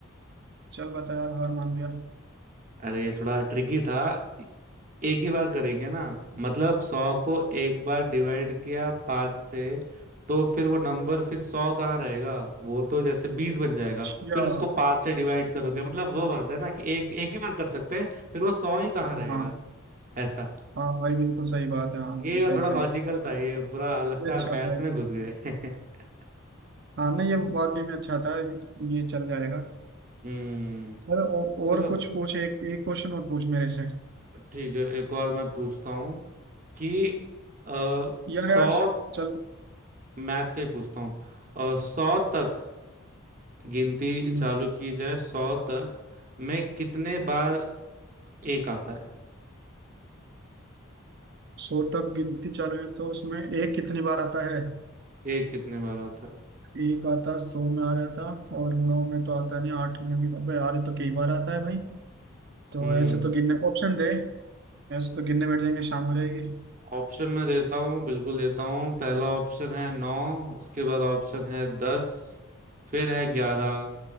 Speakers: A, on the right; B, on the right.
A: चल बता यार हार मान गया
B: अरे ये थोड़ा ट्रिकी था एक ही बार करेंगे ना मतलब सौ को एक बार डिवाइड किया पाँच से तो फिर वो नंबर फिर सौ कहाँ रहेगा वो तो जैसे बीस बन जाएगा
A: अच्छा
B: फिर उसको पाँच से डिवाइड करोगे मतलब वो बात है ना कि एक एक ही बार कर सकते हैं फिर वो सौ ही कहाँ
A: <laughs>
B: रहेगा
A: हाँ
B: ऐसा
A: हाँ भाई बिल्कुल सही बात है हाँ
B: ये
A: हाँ सही
B: थोड़ा लॉजिकल
A: सही
B: था ये बुरा लगता
A: ये
B: है
A: अच्छा
B: आप मैथ
A: था ये।
B: में घुस गए <laughs>
A: हाँ नहीं ये वाकई में अच्छा था ये ये चल जाएगा
B: हम्म
A: चल औ-
B: चलो
A: और कुछ पूछ एक एक क्वेश्चन और पूछ मेरे से
B: ठीक है एक और मैं पूछता हूँ कि आ,
A: या
B: सौ
A: यार चल
B: मैथ का ही पूछता हूँ सौ तक गिनती
A: हम्म,
B: चालू की जाए सौ तक में कितने बार एक आता है
A: सौ तक गिनती चालू है तो उसमें एक कितनी बार आता है
B: एक कितने बार आता है
A: एक आता सौ में आ जाता और नौ में तो आता नहीं आठ में भी अबे यार ये तो कई बार आता है भाई तो
B: हम्म
A: ऐसे तो गिनने ऑप्शन दे ऐसे तो गिनने बैठ जाएंगे शाम हो जाएगी
B: ऑप्शन मैं देता हूँ बिल्कुल देता हूँ पहला ऑप्शन है नौ उसके बाद ऑप्शन है दस फिर है ग्यारह